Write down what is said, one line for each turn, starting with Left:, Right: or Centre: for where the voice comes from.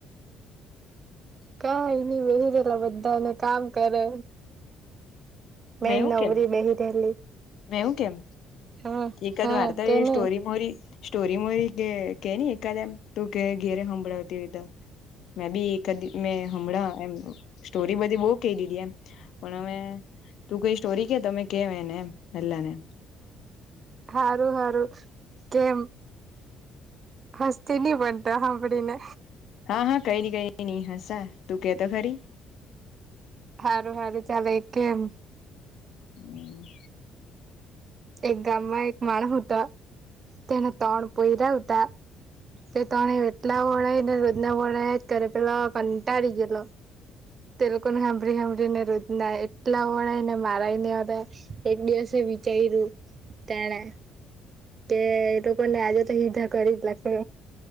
Right: કાય ની બેહી રહેેલા બધાને કામ કરે
Left: મેવું
Right: મેં નવરી
Left: કેમ
Right: બેહી રહેલી
Left: મેવું કેમ
Right: હા
Left: એકઠકદ
Right: હા
Left: વાર્તા
Right: કે ની
Left: સ્ટોરી મોરી સ્ટોરી મોરી કે કે ન એકાદ એમ તું કે ઘેરે સંંભળાવતી હો તો મેબી એકાદિ હમણાં એમ સ્ટોરી બધી બો કે ટી ટી એમ એમ પણ અમે તું કઈ સ્ટોરી કે તમે કેમ એને હલ્લાને
Right: હારું હારું કેમ હ્સતી ની બન્ત હબદિ ને
Left: હા હા કઈ નઈ કઈ નહી હસા તું કેતો ખરી
Right: સારું સારું ચાલે કેમ
Left: હમ <inaudible>
Right: એક ગામમાં એક માણ હતો તેના ત્રણ પયરા હતા તે ત્રણે એટલા વણાય ને રોજના વણાય જ કર પેલા કંટાળી ગયેલો તેલકોને સાંભળી સાંભળીને રોજ્ ના એટલા વણાય ને મારાય ને આવતા એક દિવસે વિચયું તેણે તે લોકો ને આજે તો હિધા કરી જ લખુ